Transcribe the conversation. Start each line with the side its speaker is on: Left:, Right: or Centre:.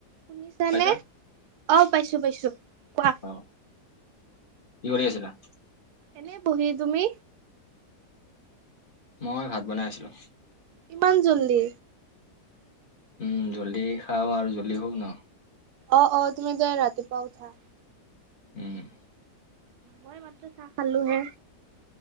Right: শুনিছানে?
Left: শুনা পাইছা
Right: অ পাইছো পাইছো। কোৱা?
Left: অ, কি কৰি আছিলা?
Right: এনে বহি। তুমি?
Left: মই ভাত বনাই আছিলো।
Right: ইমান জল্দি?
Left: উম জল্দি খাওঁ আৰু জল্দি শুম ন।
Right: অ অ তুমি যে ৰাতিপুৱা উঠা।
Left: উম।
Right: মই মাত্ৰ চাহ খালো হে।